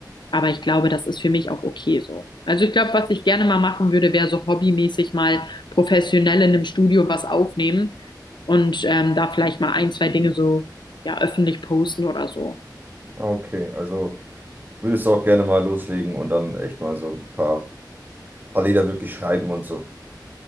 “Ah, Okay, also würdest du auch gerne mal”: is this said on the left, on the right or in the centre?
Right